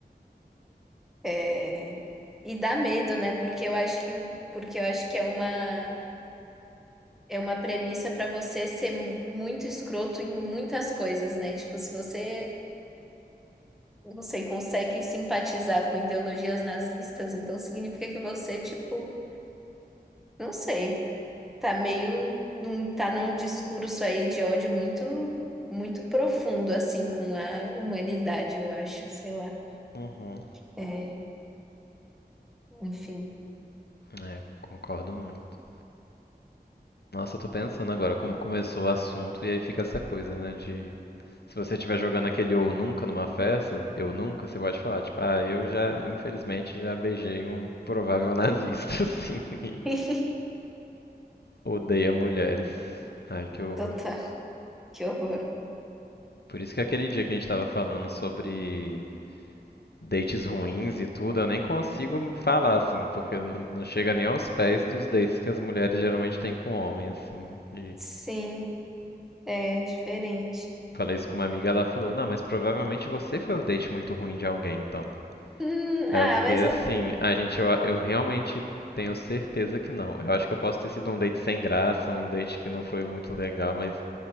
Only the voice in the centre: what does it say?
É, E dá medo, né? Porque eu acho que o- porque eu acho que é uma é uma premissa para você ser mu- muito escroto em muitas coisas, né? Tipo, se você, não sei, consegue simpatizar com ideologias nazistas, então significa que você, tipo, não sei. Tá meio num, tá num discurso aí de ódio muito muito profundo assim com a humanidade, eu acho, sei lá.
É, enfim,
<laughs>
total, que horror.
Sim, é diferente.
Hum,
ah,
mas
eu,